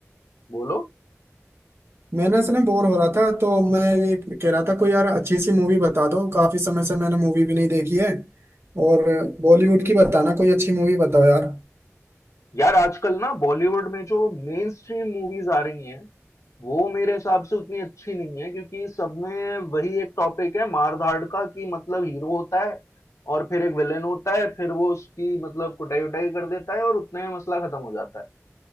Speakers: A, on the left; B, on the right.
A: बोलो।
B: मैं ना असल में बोर हो रहा था तो मैं ये कह रहा था कोई यार अच्छी सी मूवी बता दो काफी समय से मैंने मूवी भी नहीं देखी है और बॉलीवुड की बताना कोई अच्छी मूवी बताओ यार
A: यार आजकल ना बॉलीवुड में जो मेनस्ट्रीम मूवीज़ आ रही हैं, वो मेरे हिसाब से उतनी अच्छी नहीं है क्योंकि सब में वही एक टॉपिक है मार-धाड़ का कि मतलब हीरो होता है और फिर एक विलेन होता है, फिर वो उसकी मतलब कुटाई-वुटाई कर देता है और उतने में मसला खत्म हो जाता है।